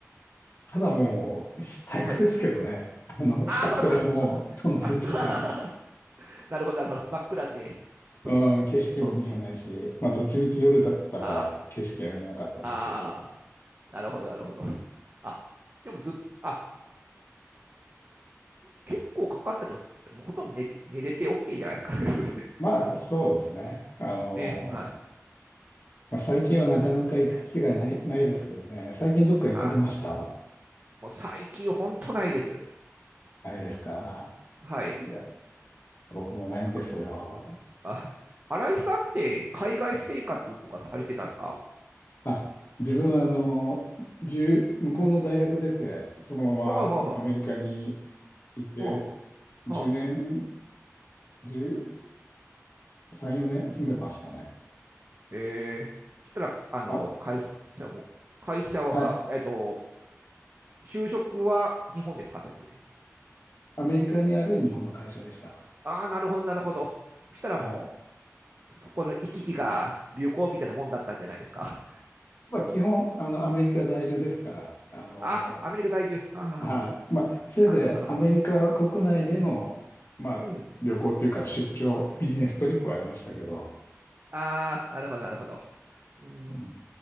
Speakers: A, on the left; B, on the right.
A: ただもう、
B: うん、
A: <laughs> 退屈ですけどね。
B: はい。
A: あの、
B: あそっかそっか。
A: ひたすらもうトンネルだから。
B: ま、あ <laughs> なるほど、なるほど。真っ暗で、その、
A: うん、景色も見えないし、
B: 通って。
A: まあ、どっちみち夜だったから景色は見えなかったんですけど、
B: ああなるほど、なるほど。あ、でもずっと、あ、結構かかったけど、もうほとんど寝て、寝れて OK じゃないですか。<laughs>
A: まあ、そうですね。あの、
B: ね、はい。は
A: まあ、最近はなかなか行く機会ない、ないですけどね。最近どっか行かれました
B: あもう最近ほんとないです。
A: ないですか
B: はい。
A: いや、僕もないんですよ。
B: なんか、あ、新井さんって海外生活とかされてたんですか
A: まあ、自分はあの、1向こうの大学出て、そのままアメリカに
B: はいは
A: いて、
B: い。は
A: 10年、
B: いは
A: 13、4年住んでましたね。
B: い。うん。えー、そしたら、あの、
A: あ、
B: 会社も、会社は、
A: はい。
B: えっと、就職は日本ですかそれで。
A: アメリカにある日本の会社でした。
B: ああ、なるほど、なるほど。そしたらも
A: はい。
B: う、そこの行き来が旅行みたいなもんだったんじゃないですか。
A: まあ、基本、あの、アメリカ在住ですから、あの、
B: あ、アメリカ在住。はあはあは
A: はい。まあ、せいぜいアメリカ国内での、
B: なるほど、なるほど。
A: まあ、
B: うん。
A: 旅行というか出張、ビジネストリップはありましたけど、
B: ああ、なるほど、なるほど。うん、
A: うん、